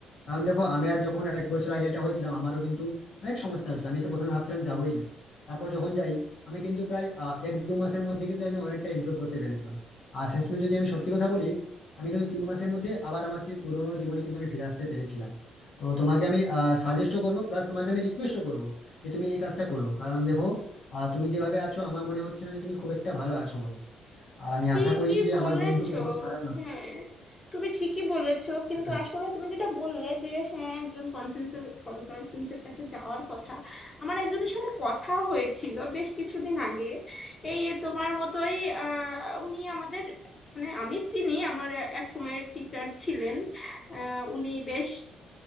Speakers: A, on the left (about 70°); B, on the left (about 30°).
A: কারণ দেখো আমি আর যখন এক বছর আগে এটা হয়েছিলাম আমারও কিন্তু অনেক সমস্যা হয়েছিল আমি তো প্রথমে ভাবছিলাম যাবোই না তারপর যখন যাই আমি কিন্তু প্রায় আহ, এক দু মাসের মধ্যে কিন্তু আমি অনেকটা ইমপ্রুভ করতে পেরেছিলাম আর শেষমেশ যদি আমি সত্যি কথা বলি আমি কিন্তু তিন মাসের মধ্যে আবার আমার সেই পুরোনো জীবনে কিন্তু আমি ফিরে আসতে পেরেছিলাম তো তোমাকে আমি সাজেস্টও করবো প্লাস তোমাকে আমি রিকোয়েস্টও করবো যে তুমি এই কাজটা করো কারণ দেখো আহ, তুমি যেভাবে আছো আমার মনে হচ্ছে না যে তুমি খুব একটা ভালো আছো বলে আর আমি
B: ঠিকই
A: আশা করি যে
B: বলেছো
A: আমার বন্ধু কখনো খারাপ
B: হ্যাঁ তুমি ঠিকই বলেছো কিন্তু
A: না
B: আসলে তুমি যেটা বললে যে হ্যাঁ একজন কনসালটেন্সের কাছে যাওয়ার কথা আমার একজনের সাথে কথা হয়েছিল বেশ কিছুদিন আগে এই তোমার মতোই আহ, উনি আমাদের মানে আমি চিনি আমার এ- এক সময়ের টিচার ছিলেন আহ, উনি বেশ